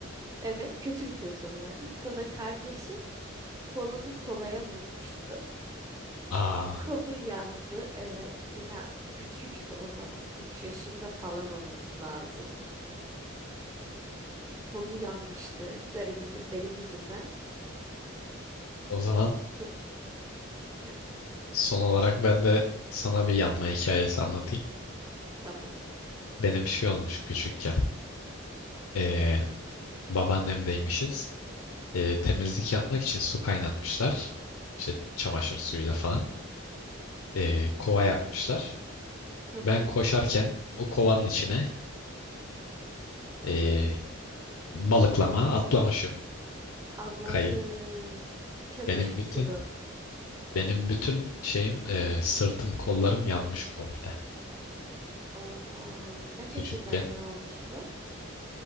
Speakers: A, on the right; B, on the left.
A: Evet, kötü bitiyor sonu verdi. Sonra kardeşim kolunu sobaya vurmuştu.
B: Aa,
A: Kolu yandı. Evet. Ya küçüktü o zaman. üç yaşında falan olması lazım. Kolu yanmıştı garibimin benim yüzümden.
B: o zaman
A: Çok- Heh,
B: son olarak ben de sana bir yanma hikayesi anlatayım.
A: Tamam.
B: Benim şey olmuş küçükken. Ee, babaannemdeymişiz. Ee, temizlik yapmak için su kaynatmışlar. İşte çamaşır suyuyla falan. Ee, kova yapmışlar.
A: Hı
B: Ben
A: hı.
B: koşarken o kovanın içine ee, balıklama atlamışım.
A: Allah'ım.
B: Kayıp.
A: Çamaşır
B: Benim bütün
A: sulu.
B: benim bütün şeyim ee, sırtım kollarım yanmış komple.
A: Oha. Kaç
B: Küçükken.
A: yaşındayken olmuş bu?